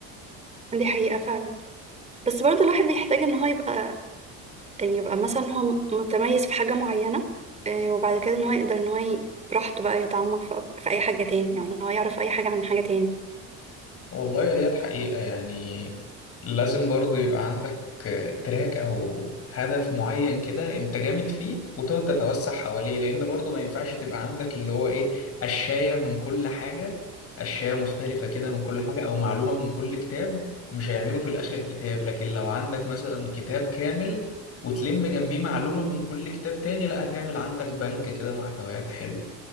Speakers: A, on the right (about 20°); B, on the left (about 45°).
A: دي حقيقه فعلا بس برضه الواحد بيحتاج ان هو يبقى يبقى مثلا هو متميز في حاجة معينة آه، وبعد كده ان هو يقدر ان هو ي- براحته بقى يتعمق في أك- في اي حاجة تاني او ان هو يعرف اي حاجة عن حاجة تاني
B: والله ديت حقيقة يعني لازم برضو يبقى عندك تراك أو هدف معين كده أنت جامد فيه وتقعد تتوسع حواليه لأن برضو ما ينفعش تبقى عندك اللي هو إيه قشاية من كل حاجة قشاية مختلفة كده من كل حاجة أو معلومة من كل كتاب مش هيعملوا في الآخر كتاب لكن لو عندك مثلا كتاب كامل وتلم جنبيه معلومة من كل كتاب تاني لا هتعمل عندك بنك كده محتويات حلو